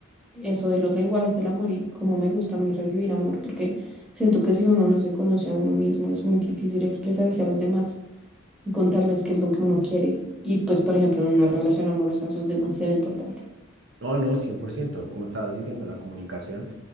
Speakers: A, in the centre; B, on the right.
A: eso de los lenguajes del amor y cómo me gusta a mí recibir amor, porque siento que si uno no se conoce a uno mismo, es muy difícil expresarse a los demás y contarles qué es lo que uno quiere. Y pues, por ejemplo, en una relación amorosa eso es demasiado importante.
B: No, no, cien por ciento como estabas diciendo, la comunicación